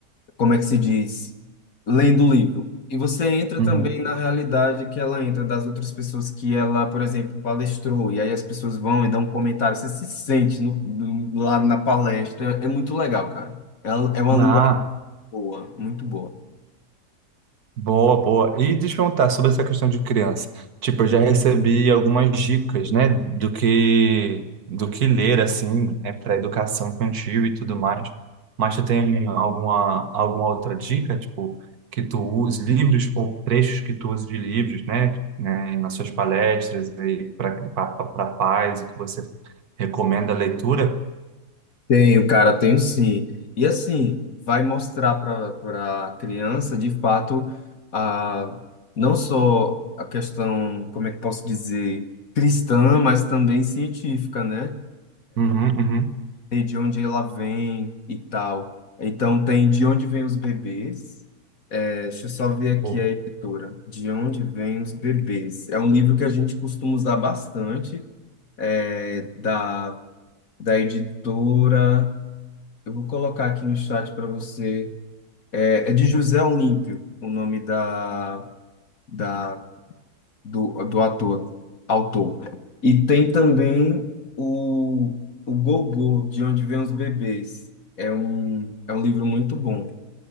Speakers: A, on the left; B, on the right.
A: como é que se diz, lendo o livro. E você entra
B: uhum.
A: também na realidade que ela entra das outras pessoas que ela, por exemplo, palestrou. E aí as pessoas vão e dão um comentário. Você se sente no, no, lá na palestra. É é muito legal, cara. É, é uma
B: Ah,
A: linguagem boa, muito boa.
B: Boa, boa. E deixa eu perguntar sobre essa questão de criança. Tipo, eu já recebi algumas dicas, né, do que do que ler assim, né, para educação infantil e tudo mais. Mas tu tem alguma alguma outra dica, tipo, que tu use livros ou trechos que tu use de livros, né, né, nas suas palestras aí para para pais e que você recomenda a leitura?
A: Tenho, cara, tenho sim. E assim, vai mostrar para a criança, de fato, a, não só a questão, como é que posso dizer, cristã, mas também científica, né?
B: Uhum, uhum.
A: E de onde ela vem e tal. Então, tem de onde vêm os bebês. É, Deixa eu só ver aqui
B: Boa.
A: a editora. De onde vêm os bebês? É um livro que a gente costuma usar bastante, é, da, da editora. Eu vou colocar aqui no chat para você. É, é de José Olímpio, o nome da, da, do, do ator, autor. E tem também o, o Gogô, De Onde Vêm os Bebês. É um, é um livro muito bom.